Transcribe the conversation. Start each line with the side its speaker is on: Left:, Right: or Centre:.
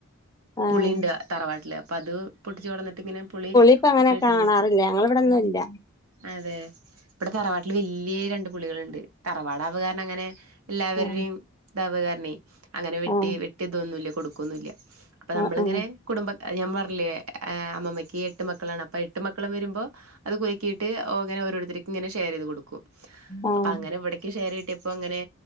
Left: ആഹ്
Right: പുളിണ്ട് തറവാട്ടില് അപ്പ അത് പൊട്ടിച്ചോടന്നിട്ട് ഇങ്ങനെ പുളി
Left: ഇപ്പ അങ്ങനെ
Right: ഉപ്പിലിട്ട്
Left: കാണാറില്ല
Right: ഇത് വെക്കും
Left: ഞങ്ങളിവിടൊന്നും ഇല്ല
Right: അതെ ഇബടെ തറവാട്ടില് വല്യെ രണ്ട് പുളികളുണ്ട് തറവാട് അത്കരണം അങ്ങനെ എല്ലാവരുടെയും
Left: ആഹ്
Right: തപ്കാരിണി അങ്ങനെ വെട്ടി
Left: ആഹ്
Right: വെട്ടി ഇതൊന്നുല്ല കൊടുക്കോന്നുല്യി അപ്പൊ നമ്മളിങ്ങനെ
Left: ആഹ്
Right: കുടുംബക്ക ഞാൻ പറഞ്ഞില്ലേ അമ്മമ്മയ്ക്ക് എട്ട് മക്കളാണ് അപ്പൊ എട്ട് മക്കളും വരുമ്പോ അത് കുരുക്കിയിട്ട് ഓ അങ്ങനെ ഓരോരുത്തരക്കും ഇങ്ങനെ ഷെയർ ചെയ്ത് കൊടുക്കും
Left: ആഹ് ആഹ്
Right: അപ്പ അങ്ങനെ ഇവിടേക്കും ഷെയർ കിട്ടി അപ്പം അങ്ങനെ